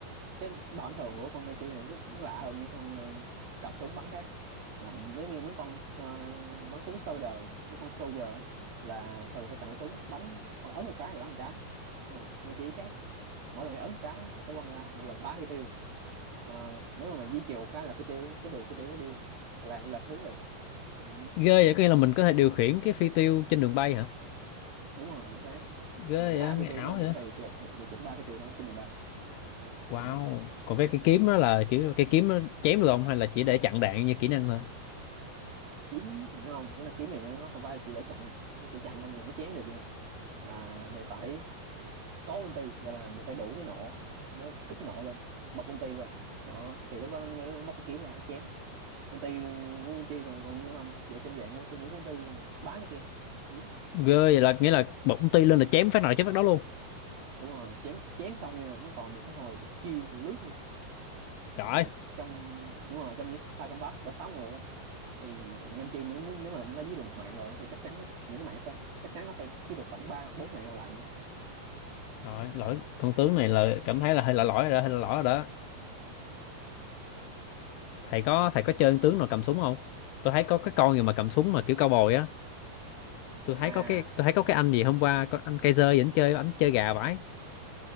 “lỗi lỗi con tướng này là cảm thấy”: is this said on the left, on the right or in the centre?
Left